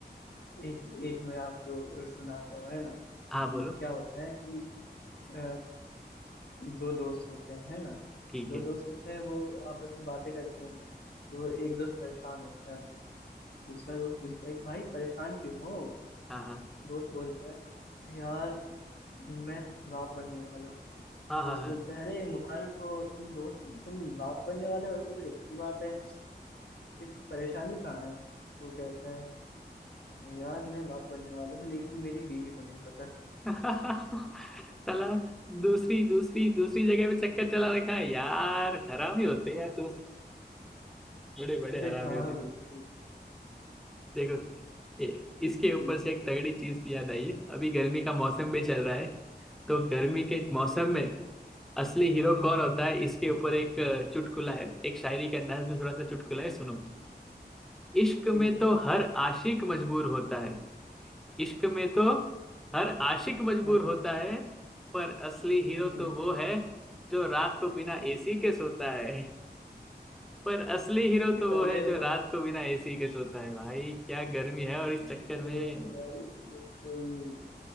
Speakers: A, on the left (about 65°); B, in the centre.
A: एक एक मैं आपको सुनाता हूँ है ना हम्म,
B: हाँ बोलो
A: क्या होता है कि अ, दो दोस्त होते हैं है ना
B: ठीक
A: दो
B: है
A: दोस्त होते हैं वो आपस में बातें करते हैं तो एक दोस्त परेशान होता है दूसरा दोस्त पूछता है कि भाई परेशान क्यों हो
B: हाँ हाँ
A: दोस्त बोलता है यार मैं बाप बनने वाला हूँ
B: हाँ हाँ
A: दोस्त बोलता है अरे मुबारक हो तुम दोस्त तुम बाप बनने वाले हो ये तो बड़ी अच्छी बात है फिर परेशानी कहाँ है वो कहता है यार मैं बाप बनने वाला हूँ लेकिन मेरी बीवी को नहीं पता
B: हाँ। <laughs> साला दूसरी दूसरी दूसरी जगह पे चक्कर चला रखा है यार हरामी होते हैं यार दोस्त बड़े बड़े
A: अरे
B: हरामी
A: हाँ
B: होते हैं।
A: बिल्कुल
B: देखो ए, इसके
A: चलिए
B: ऊपर से एक तगड़ी चीज भी याद आई है अभी गर्मी का मौसम भी चल
A: हाँ
B: रहा
A: हाँ
B: है तो गर्मी के
A: हम्म,
B: मौसम
A: हम्म,
B: में असली हीरो कौन होता है इसके ऊपर एक अ, चुटकुला है एक शायरी के अंदाज में थोड़ा सा चुटकुला है सुनो इश्क
A: ठीक
B: में
A: है
B: तो हर आशिक मजबूर होता है इश्क में तो हर आशिक मजबूर
A: हाँ हाँ
B: होता है पर असली हीरो
A: हाँ हाँ
B: तो वो
A: हाँ।
B: है जो रात को बिना एसी के सोता है पर असली हीरो तो वो
A: अरे
B: है जो रात
A: वाह
B: को बिना एसी के सोता है भाई क्या गर्मी है और इस
A: अरे
B: चक्कर में
A: वाह बिल्कुल